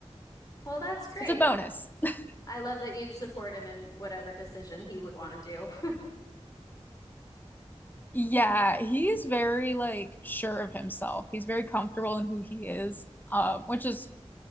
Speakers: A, on the left; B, on the left.
A: Well, that's great.
B: It's a bonus. <laughs>
A: I love that you'd support him in whatever decision he would want to do. <laughs>
B: Yeah, he is very like sure of himself. He's very comfortable in who he is, um, which is